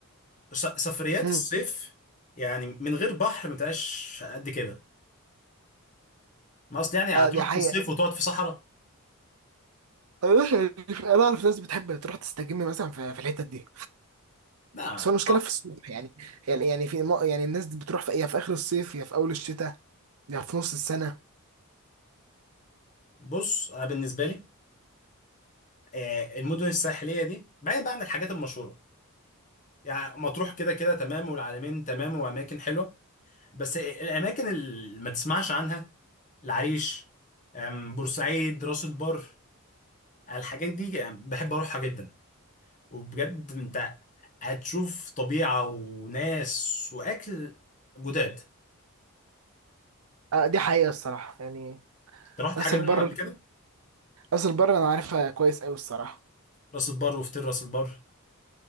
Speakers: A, on the left; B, on the right.
A: س- سفريات
B: مم.
A: الصيف يعني من غير بحر ما تبقاش قد كده ما اصل يعني هتروح
B: آه دي حقيقة
A: في الصيف وتقعد في صحراء
B: <laughs> أنا أنا أعرف ناس بتحب تروح تستجم مثلا في في الحتت دي
A: لا
B: بس هو المشكلة
A: صعب.
B: في الصيف يعني يعني يعني في م- يعني الناس دي بتروح في يا في آخر الصيف يا في أول الشتاء يا في نص السنة
A: بص انا بالنسبه لي آه، المدن الساحليه دي بعيد بقى عن الحاجات المشهوره يعني مطروح كده كده تمام والعلمين تمام واماكن حلوه بس الاماكن اللي ما تسمعش عنها العريش آم، بورسعيد راس البر الحاجات دي آه، بحب اروحها جدا وبجد انت هتشوف طبيعه وناس واكل جداد
B: آه دي حقيقة الصراحة يعني
A: رحت
B: راس
A: حاجه
B: البر
A: منهم قبل كده
B: راس البر أنا عارفها كويس أوي الصراحة
A: راس البر وفتير راس البر